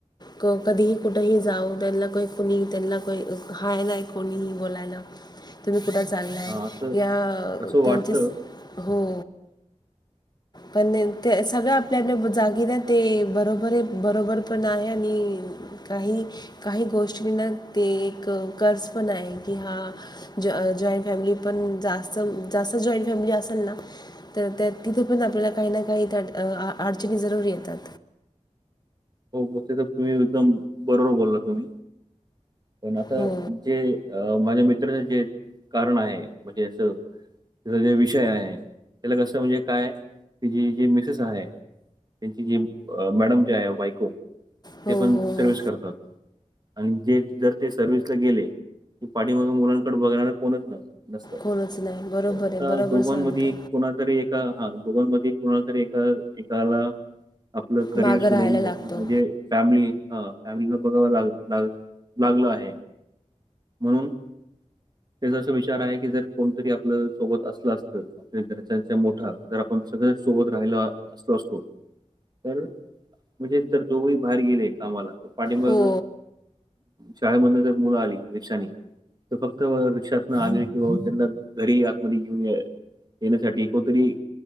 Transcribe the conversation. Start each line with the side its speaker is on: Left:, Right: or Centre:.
Left: क कधीही कुठेही जाऊ, त्यांना काही कुणी, त्यांना काय हाय नाय, कोणीही बोलायला तुम्ही कुठं चाललाय,
Right: हा असं
Left: या
Right: असं वाटतं
Left: त्यांच्या हो, पण तेन तेच सगळं आपल्याल्या जागीला, ते बरोबर ए, बरोबर पण आहे आणि काही काही गोष्टींना ते, एक कर्ज पण हाये की हा जॉईं जॉईंट फॅमिली पण जास्त, जास्त जॉईंट फॅमिली असल ना तर त्या तिथं पण आपल्याला काही ना काही तर अं आडचणी जरूरी येतात.
Right: हो बघते तर तुम्ही एकदम, बरोबर बोलला तुम्ही, पण आता
Left: हो
Right: जे, अं माझ्या मित्राचं जे कारण आहे म्हणजे असं त्याचा जे विषय आहे, त्याला कसं म्हणजे काय, की जी जी मिसेस आहे त्यांची जी मॅडम जे आहे, बायको
Left: हो
Right: ते पण
Left: हो हो
Right: सर्विस करतात आणि ते जर ते सर्विसला गेले की पाठीमागे मुलांकडे बघणारं कोणच नाई नसतं,
Left: कोणच नाही बरोबर
Right: तर आता
Left: आहे बरोबर
Right: दोघांमध्ये,
Left: सांगतो
Right: कोणाल तर एक तर हा, दोघांमधे कोणाला तरी एका, एकाला आपलं करिअर
Left: मागं
Right: सोडून
Left: राहायला लागतो
Right: फ फॅमिली, हं फॅमिलीला बघावं लाग, लागलं आहे म्हणून त्याचा असं विचार आहे की, जर कोणी तरी आपलं सोबत असलं असतं, आपल्या घरच्यांचा मोठा, जर आपण सगळ्यासोबत राहिलो, असलो असतो तर म्हणजे, जर दोघंही बाहेर गेले कामाला, तर पाठीमागं
Left: हो
Right: शाळेमधनं जर मुलं आली रिक्षानी तर फक्त रिक्षातनं आली किंवा त्यांना घरी आतमध्ये घेऊन ये येण्यासाठी कोणतरी,